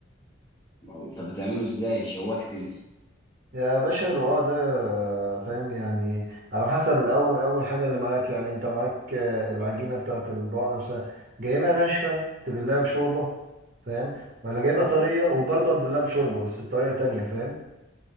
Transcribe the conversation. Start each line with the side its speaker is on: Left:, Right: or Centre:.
Left: ما هو انت بتعمله ازاي شوقتني
Right: يا باشا الرواق ده فاهم يعني على حسب الأول أول حاجة اللي معاك يعني أنت معاك آه، العجينة بتاعة الرواق نفسها جايبها ناشفة تبلها بشوربة فاهم ولا جايبها طرية وبرضه هتبلها بشوربة بس بطريقة تانية فاهم